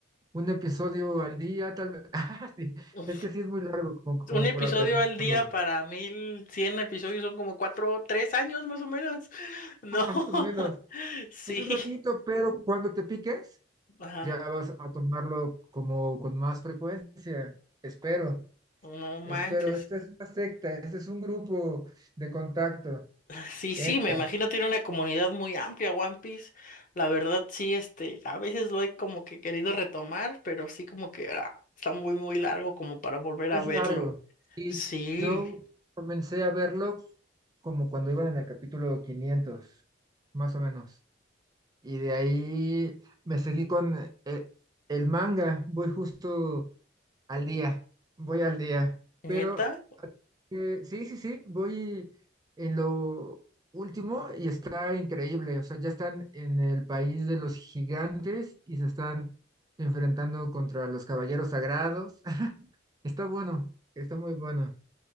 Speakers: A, on the right (about 20°); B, on the left (about 45°).
A: un episodio al día, tal vez. <laughs> Ah, Sí,
B: <laughs>
A: Es que sí es muy largo como, como
B: Un episodio
A: para terminarlo.
B: al día para 1100 episodios son como cuatro, tres años más o menos. <laughs> No,
A: Más o menos.
B: <laughs> sí,
A: Es un ratito, pero cuando te piques,
B: ajá,
A: ya vas a tomarlo como con más frecuencia. Espero,
B: no manches.
A: espero. Esta es una secta, este es un grupo de contacto.
B: Sí, sí,
A: Entra.
B: me imagino tiene una comunidad muy amplia One Piece. La verdad, sí, este, a veces lo he como que querido retomar, pero sí como que ah, está muy, muy largo como para volver
A: Es
B: a verlo.
A: largo. Y
B: Sí,
A: yo comencé a verlo como cuando iban en el capítulo 500 más o menos. Y de ahí me seguí con eh, el manga. Voy justo Al día, voy al día, pero
B: neta,
A: eh, sí, sí, sí, voy en lo último y está increíble, o sea, ya están en el país de los gigantes y se están enfrentando contra los caballeros sagrados. <laughs> Está bueno, está muy bueno.